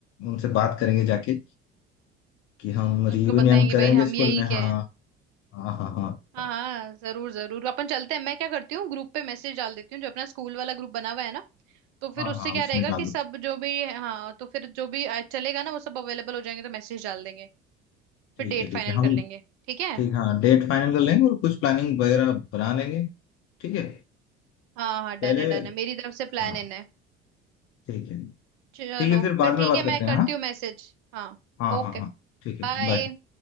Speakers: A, on the left; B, on the right.
A: उनसे बात करेंगे जाके कि
B: हम्म
A: हम
B: उनको
A: रियूनियन
B: बताएंगे
A: करेंगे
B: भाई हम
A: स्कूल
B: यही
A: में हाँ
B: क्या है
A: हाँ हाँ हाँ
B: हाँ हाँ जरूर जरूर अपन चलते हैं मैं क्या करती हूँ ग्रुप पे मैसेज डाल देती हूँ जो अपना स्कूल वाला ग्रुप बना हुआ है ना तो फिर
A: हाँ
B: उससे
A: हाँ
B: क्या
A: उसमें
B: रहेगा
A: डाल
B: कि
A: दो
B: सब जो भी हाँ तो फिर जो भी आ- चलेगा ना वो सब अवेलेबल हो जाएंगे तो मैसेज डाल देंगे
A: ठीक
B: फिर डेट
A: है ठीक
B: फाइनल
A: है हम
B: कर लेंगे ठीक है
A: ठीक हाँ डेट फाइनल कर लेंगे और कुछ प्लानिंग वगैरह बना लेंगे ठीक है
B: हाँ हाँ
A: पहले
B: डन है डन है मेरी तरफ से प्लान
A: हाँ
B: इन है
A: ठीक है
B: चलो
A: ठीक है फिर
B: फिर
A: बाद में
B: ठीक
A: बात
B: है मैं
A: करते
B: करती
A: हैं हाँ
B: हूँ मैसेज हाँ
A: हाँ
B: Okay
A: हाँ हाँ ठीक है
B: bye
A: बाय